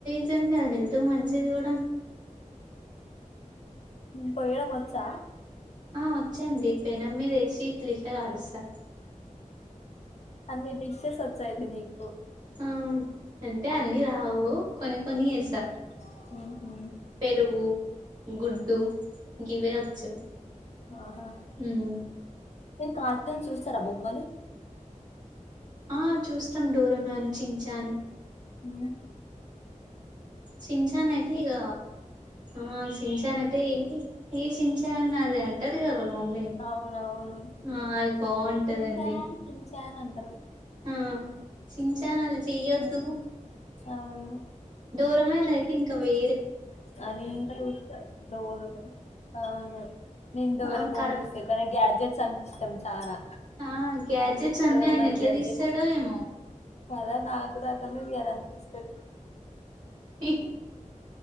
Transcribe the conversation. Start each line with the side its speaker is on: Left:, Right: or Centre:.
Right: <unintelligible> హెల్త్ కి మంచిది కూడా
Left: పోయడం వచ్చా
Right: ఆ వచ్చండి పెనంమీద ఏషి ఇట్ల ఇట్ల కాలుస్తా
Left: అన్ని డిష్షెస్ వచ్చా అండి మీకు
Right: ఆ అంటే అన్ని రావు కొన్ని కొన్ని చేస్తా
Left: ఉహు
Right: పెరుగు గుడ్డు గివె వచ్చు
Left: ఆహా
Right: మ్
Left: మీరు కార్టూన్ చూస్తారా బొమ్మలు
Right: ఆ చూస్తాం డోరమాన్ చించాన్
Left: ఉ
Right: చింన్చాన్ అయితే ఈగ ఆ ఛింన్చాన్ అయితే ఏంటి ఏ చింగ్ చాంగ్ అల్లె అంతడు గా ఒకళ్ళు మమ్మీని
Left: అవునవును
Right: ఆ అది బాగుంటదండి
Left: చించాన్ చించాన్ అంటారు
Right: హ చింగ్ న్చాన్ అలా చేయొద్దు
Left: అవును
Right: డోరేమాన్ ఐతే ఇంకా వే
Left: <unintelligible> డోరేమాన్ అవునా నేను డోరేమాన్
Right: ఆ కడప్
Left: చూస్థా కానీ గ్యాడ్జెట్స్ అంత ఇష్టం చానా
Right: ఆ గ్యాజెట్స్ అన్నీ
Left: డోరేమోన్
Right: ఆయన ఎట్లా
Left: గ్యాడ్జెట్
Right: తీసాడో ఏమో
Left: కదా నాకు కూడా అట్లానే చేయాల అనిపిస్తది
Right: ఇ